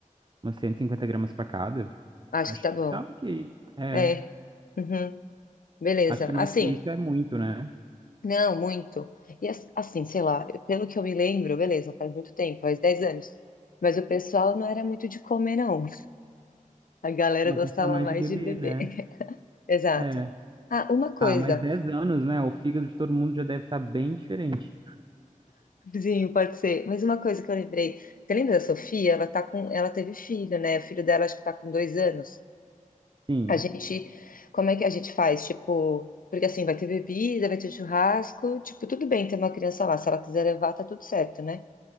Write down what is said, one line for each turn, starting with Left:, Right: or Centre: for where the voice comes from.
Right: umas 150 gramas para cada.
Left: Acho
Right: Acho
Left: que tá
Right: que
Left: bom.
Right: tá ok. É,
Left: É, uhum, beleza.
Right: acho que mais
Left: Assim,
Right: que isso é muito, né?
Left: não, muito. E as- assim, sei lá, pelo que eu me lembro, beleza, faz muito tempo, faz 10 anos. Mas o pessoal não era muito de comer, não. A galera
Right: Não,
Left: gostava
Right: precisa mais
Left: mais
Right: de bebê,
Left: de beber.
Right: né?
Left: <laughs> Exato.
Right: É.
Left: Ah, uma coisa,
Right: Ah, mais 10 anos, né? O fígado de todo mundo já deve estar bem diferente.
Left: sim, pode ser, mas uma coisa que eu lembrei. Você lembra da Sofia? Ela tá com, ela teve filho, né? O filho dela acho que tá com dois anos.
Right: Sim.
Left: A gente, como é que a gente faz? Tipo, porque assim, vai ter bebida, vai ter churrasco, tipo, tudo bem ter uma criança lá. Se ela quiser levar, tá tudo certo, né?